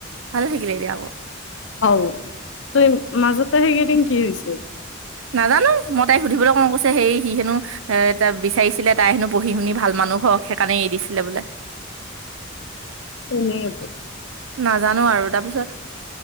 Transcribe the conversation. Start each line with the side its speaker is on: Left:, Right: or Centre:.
Right: ভালে থাকিলেগে আক'।
Left: আও ত' এই মাজতে সেইকেইদিন কি হৈছে?
Right: নাজানো মই তাই সুধিবলৈ কওঁ কৈছে হে সি হেনো। এ এটা বিচাৰিছিলে তাই হেনো পঢ়ি শুনি ভাল মানুহ হক সেইকাৰণে এৰি দিছিলে বোলে।
Left: তেনে আপ।
Right: নাজানো আৰু তাৰপিছত।